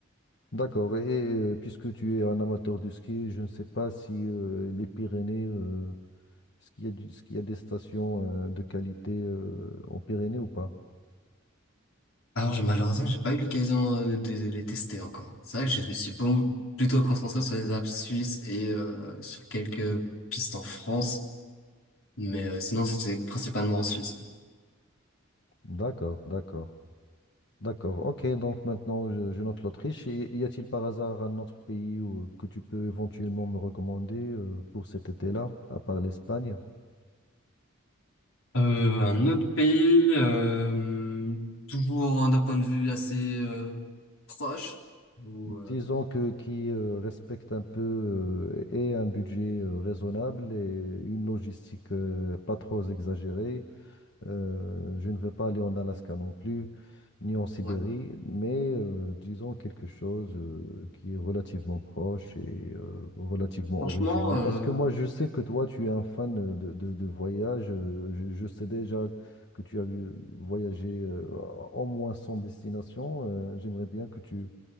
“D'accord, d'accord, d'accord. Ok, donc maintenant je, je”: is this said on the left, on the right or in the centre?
Left